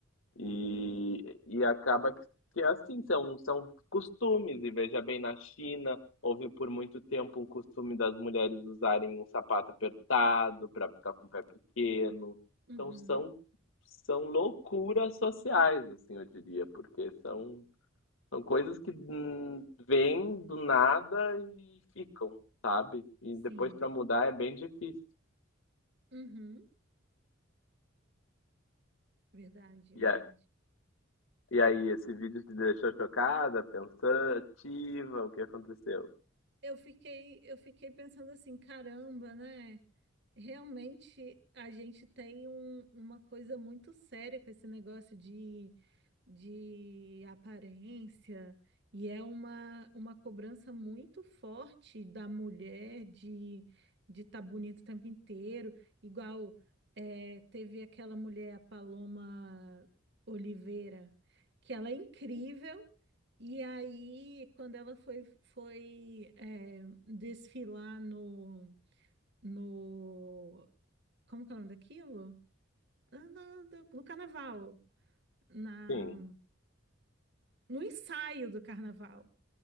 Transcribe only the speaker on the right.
Uhum.
Sim.
Uhum, verdade,
verdade.
Eu fiquei, eu fiquei pensando assim, caramba, né? Realmente, a gente tem um- uma coisa muito séria com esse negócio de, de aparência, e é uma, uma cobrança muito forte da mulher de de estar bonito o tempo inteiro. Igual é, teve aquela mulher, a Paloma Oliveira, que ela é incrível, e aí, quando ela foi, foi é, desfilar no. No como que é o nome daquilo? Ah, na- do- No carnaval. Na,
no ensaio do carnaval.